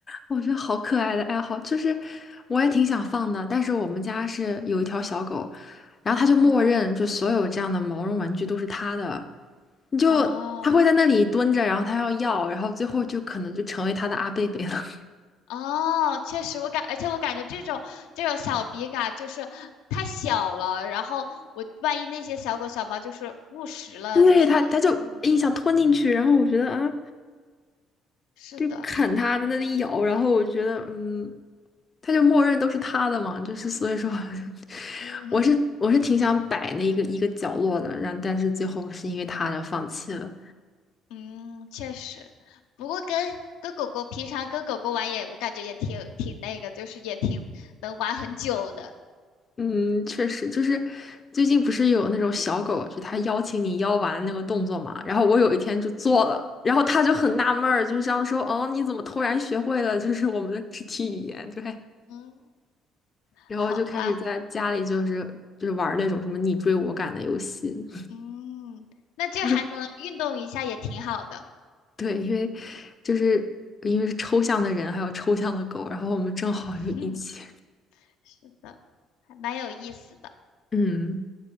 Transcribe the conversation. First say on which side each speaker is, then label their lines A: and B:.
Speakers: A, on the left; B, on the left.
A: 我觉得好可爱的爱好，就是我也挺想放的，但是我们家是有一条小狗，然后它就默认就所有这样的毛绒玩具都是它的，
B: 哦
A: 你就它会在那里蹲着，
B: 哦，
A: 然后它要要，然后最后就可能就成为它的阿贝贝了。
B: 哦，确实，我感，而且我感觉这种这种小笔杆就是太小了，然后我万一那些小狗小猫就是误食了，
A: <laughs> 对，
B: 就是也，
A: 它它就一想吞进去，
B: 嗯，
A: 然后我觉得啊，
B: 是的，
A: 就啃它在那里咬，然后我觉得嗯，它就默认都是它的嘛，就是所以说 <laughs>
B: 嗯，
A: 我是我是挺想摆那一个一个角落的，然后但是最后是因为它而放弃了。
B: 嗯，确实。不过跟跟狗狗平常跟狗狗玩也，我感觉也挺挺那个，就是也挺能玩很久的，
A: 嗯，确实，就是最近不是有那种小狗，就它邀请你邀玩那个动作嘛，然后我有一天就做了，然后它就很纳闷儿，就是这样说，哦，你怎么突然学会了就是我们的肢体语言？对，
B: 嗯
A: 然后就开始在家里就是就是玩儿那种什么你追我赶的游戏，
B: 好吧？嗯，那这还能运动一下也挺好的，
A: <laughs> 就是对，因为就是因为是抽象的人，还有抽象的狗，然后我们正好就一起，
B: <laughs> 是的，还蛮有意思的。
A: 嗯。